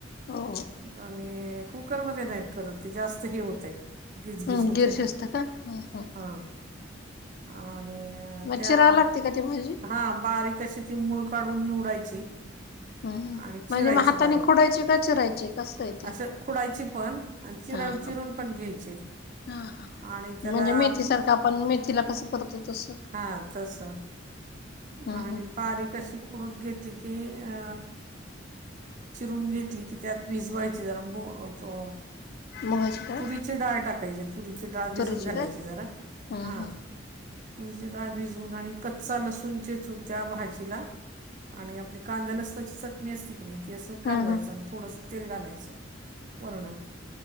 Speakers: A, on the left (about 50°); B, on the right (about 40°).
A: हो.
B: आणि कुकरमध्ये नाहीत करत ते जास्त हे होते गिसगीस
A: हम्म
B: होते
A: गिर
B: मग
A: शिजत का हम्म हम्म
B: हा आणि
A: मग
B: त्या
A: चिराव लागते का ती भाजी?
B: हा बारीक तशी ती मूळ काढून निवडायची
A: हम ह
B: आणि चिरायची
A: म्हणजे मग हाताने
B: बारीक
A: खोडायची का चिरायची कसं आहे ते
B: असं खुडायची पण आणि चिरा
A: हा हा
B: चिरून पण घ्यायचे
A: हा ह
B: आणि त्याला
A: म्हणजे मेथी सारखं आपण मेथीला कस करतो तसं
B: हा तस
A: हम्म
B: आणि
A: हम्म
B: बारीक अशी खुडुन घेतली की अ चिरून घेतली की त्यात भिजवायची जरा मो तो
A: मुगाची डाळ
B: तुरीची डाळ टाकायची - तुरीची डाळ भिजत
A: तुरीची
B: घालायची
A: काय?
B: जरा
A: हम्म
B: हा
A: हम्म
B: तुरची डाळ भिजवून आणि कच्चा लसूण चेचून त्या भाजीला आणि आपली कांदा लसणाची चटणी असते की ते अस कालवायचं
A: हम्म हम्म
B: आणि थोडस तेल घालायचं वरण